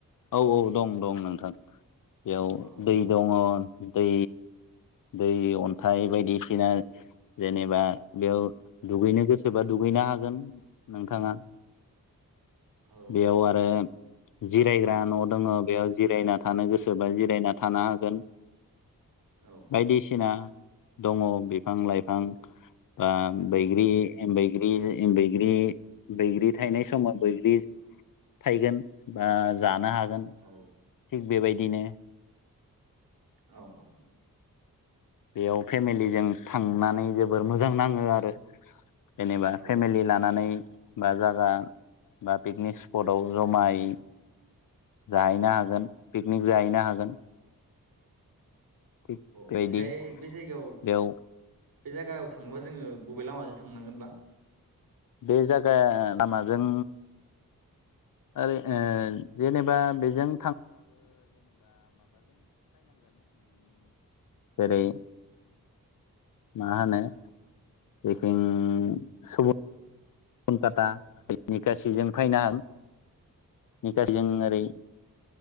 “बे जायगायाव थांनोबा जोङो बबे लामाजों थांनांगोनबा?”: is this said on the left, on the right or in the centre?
Right